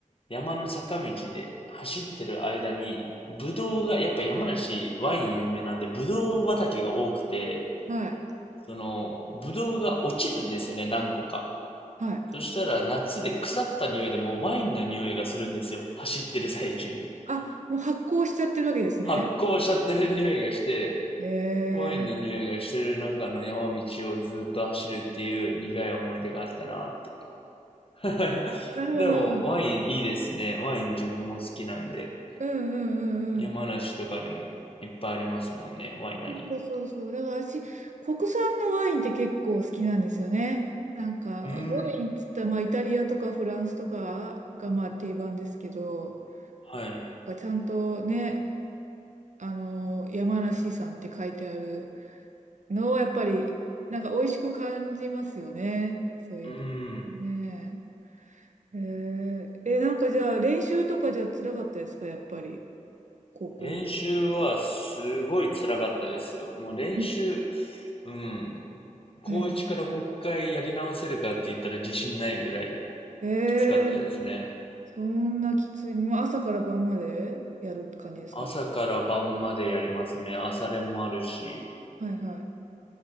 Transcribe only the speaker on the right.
はい、
はい。
あ、もう発酵しちゃってるわけですね。
ええ
なるほど。
うん
うんう
んうん。
そうそうそう。だから私、国産のワインって結構好きなんですよね。なんか、
ワインっつったら、まあ、イタリアとかフランスとかがまあ定番ですけど、
なんかちゃんとね、あの、山梨産って書いてあるのはやっぱり、なんか美味しく感じますよね。そういうの。
ねえ。へええ、なんかじゃあ練習とかじゃ辛かったですか、やっぱり、高校の時は。
うん
はいええー
そんなきつい。もう朝から晩までやる感じですか
はいはい。